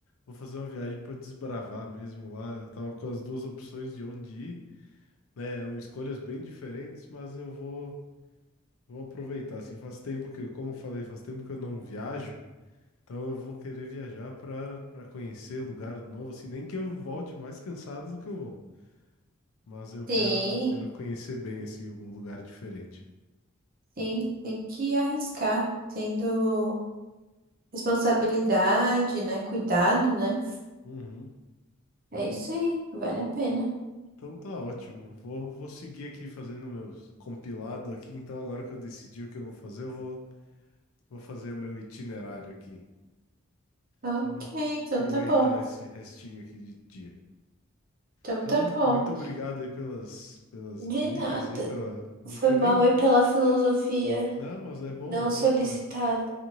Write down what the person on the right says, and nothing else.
Sim.
Tem, tem que arriscar, tendo responsabilidade, né? Cuidado, né?
É isso aí, vale a pena.
Ok,
então
tá bom.
Então
tá bom.
De
nada.
Foi
mal
aí pela filosofia
não
solicitada.